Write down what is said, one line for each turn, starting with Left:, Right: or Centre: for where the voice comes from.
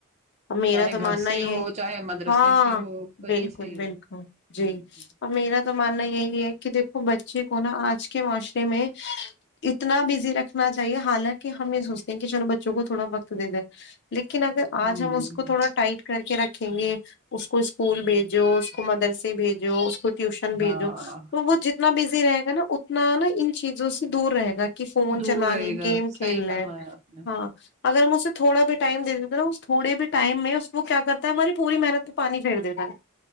Left: اب میرا
Right: چاہے
Left: تو ماننا
Right: گھر سے
Left: یہ
Right: ہو
Left: ہے
Right: چاہے مدرسے
Left: ہاں
Right: سے ہو کہیں
Left: بالکل
Right: سے ہی
Left: بالکل
Right: ہو ہ
Left: جی اور میرا تو ماننا یہی ہے کہ دیکھو بچے کو نا آج کے معاشرے میں اتنا بزی رکھنا چاہیے حالانکہ ہم یہ سوچتے ہیں کہ چلو بچوں کو تھوڑا وقت دے دے لیکن اگر آج
Right: ہوں
Left: ہم اس کو تھوڑا ٹائٹ کر کے رکھیں گے اس کو اسکول بھیجو اس کو مدرسے بھیجو اس کو ٹیوشن بھیجو
Right: ہاں
Left: تو وہ جتنا بزی رہے گا نا اتنا نا ان چیزوں سے دور رہے گا کہ فون
Right: دور
Left: چلانی
Right: رہے گا
Left: گیم
Right: صحیح
Left: کھیلنے
Right: فرمایا آپ نے
Left: ہاں اگر ہم اس سے تھوڑا بھی ٹائم دے دیتا نا اس تھوڑے بھی ٹائم میں اس کو کیا کرتا ہے ہماری پوری محنت میں پانی پھیر دیتا ہے